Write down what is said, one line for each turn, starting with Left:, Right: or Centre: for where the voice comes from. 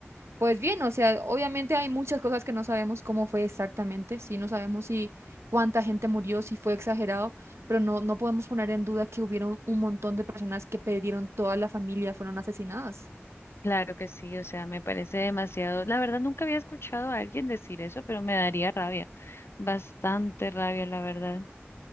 Right: Pues bien, o sea, obviamente hay muchas cosas que no sabemos cómo fue exactamente, sí, no sabemos si cuánta gente murió, si fue exagerado, pero no, no podemos poner en duda que hubieron un montón de personas que perdieron toda la familia, fueron asesinadas.
Left: Claro que sí, o sea, me parece demasiado. La verdad, nunca había escuchado a alguien decir eso, pero me daría rabia, bastante rabia, la verdad.